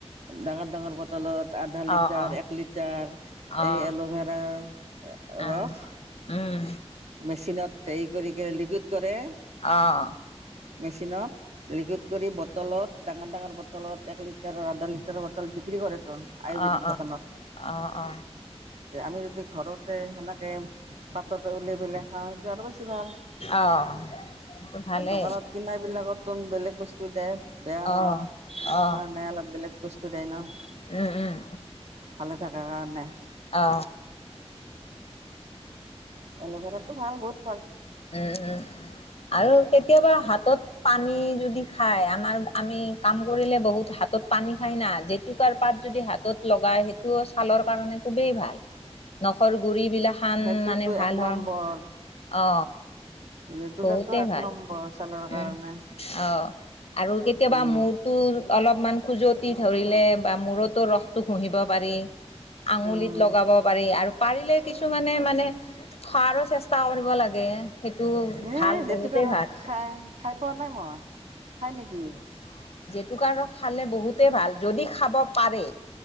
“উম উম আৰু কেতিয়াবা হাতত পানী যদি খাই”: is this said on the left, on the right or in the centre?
Left